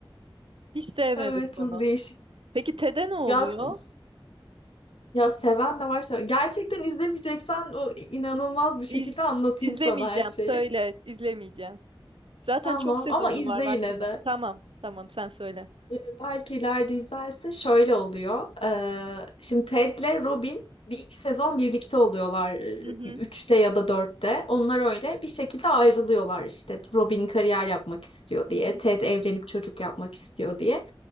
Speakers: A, on the right (about 70°); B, on the left (about 85°).
A: hiç sevmedim
B: Evet çok
A: bunu.
B: değişik.
A: Peki TED'e ne oluyor?
B: Ya, s- ya seven de var seven. Gerçekten izlemeyeceksen o inanılmaz bir şekilde
A: İz,
B: anlatayım
A: izlemeyeceğim.
B: sana her şeyi.
A: Söyle, izlemeyeceğim.
B: <laughs>
A: Zaten
B: Tamam
A: çok sezonu
B: ama izle
A: var, vaktim
B: yine de.
A: yok. Tamam, tamam sen söyle.
B: Ee, Belki ileride izlerse şöyle oluyor. Ee, şimdi Ted'le Robin bir iki sezon birlikte oluyorlar. e,
A: Hı hı,
B: Üçte ya da dörtte. Onlar öyle bir şekilde ayrılıyorlar işte. Robin kariyer yapmak istiyor
A: hı
B: diye.
A: hı,
B: Ted evlenip çocuk yapmak istiyor diye.